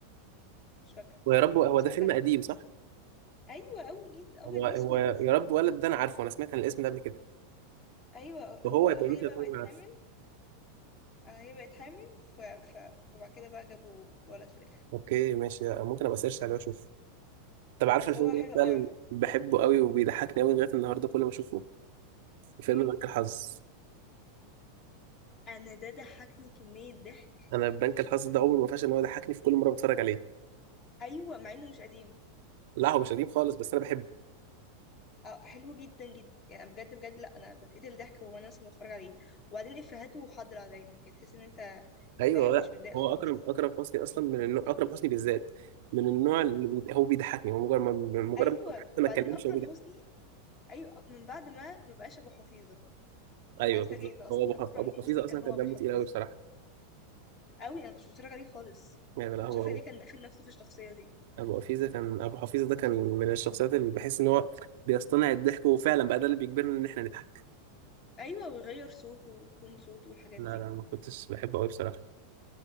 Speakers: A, on the left; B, on the right.
A: مش فاكره
B: ويا رب هو
A: بس
B: ده
A: هو
B: فيلم
A: كان
B: قديم صح
A: ايوه قوي جدا ابيض
B: هو
A: واسود
B: هو يا رب ولد ده انا عارفه انا سمعت عن الاسم ده قبل كده
A: ايوه
B: وهو
A: هو هي
B: يبقى ممكن
A: بقى
B: اكون
A: بقت
B: عارفه
A: حامل آه، هي بقت حامل ف... ف... فبعد كده بقى جابوا ولد في الاخر
B: اوكي ماشي ممكن ابقى سيرش عليه واشوف طب عارف
A: بس
B: الفيلم
A: هو حلو
B: ده
A: قوي
B: فعلا
A: عامه
B: بحبه قوي وبيضحكني قوي لغايه النهارده كل ما اشوفه فيلم
A: ايه
B: بنك الحظ
A: انا ده ضحكني كمية ضحك
B: انا بنك الحظ ده عمره ما فاش ان هو يضحكني في كل مره بتفرج عليه
A: ايوه مع انه مش قديم
B: لا هو مش قديم خالص بس انا بحبه
A: اه حلو جدا جدا يعني بجد بجد لا انا بتقتل ضحك وانا اصلا بتفرج عليه وبعدين افهاته حاضره دايما كده تحس ان انت
B: ايوه
A: فاهم
B: لا
A: مش متضايق
B: هو
A: خالص
B: اكرم اكرم حسني اصلا من النوع اكرم حسني بالذات من النوع اللي بي... هو بيضحكني هو مجرد ما... مجرد
A: ايوه
B: ما حتى
A: وبعدين
B: ما اتكلمش
A: اكرم
B: هو بيضحك
A: حسني ايوه من بعد ما ما بقاش ابو حفيظة
B: ايوه
A: انا اتفاجئت
B: بالظبط
A: اصلا
B: هو ابو
A: ان اكرم
B: حف... ابو حفيظه
A: حسني كان
B: اصلا
A: هو
B: كان
A: ابو
B: دمه
A: حفيظه
B: تقيل قوي بصراحه
A: قوي انا كنتش بتفرج عليه خالص
B: يعني لا
A: مش
B: هو
A: عارفه
B: ابو
A: ليه كان داخل نفسه في الشخصيه دي
B: ابو حفيظه كان ابو حفيظه ده كان من الشخصيات اللي بحس ان هو بيصطنع الضحك وفعلا بقى ده اللي بيجبرنا ان احنا نضحك
A: ايوه ويغير صوته وتون صوته والحاجات
B: لا
A: دي
B: لا ما كنتش بحبه قوي بصراحه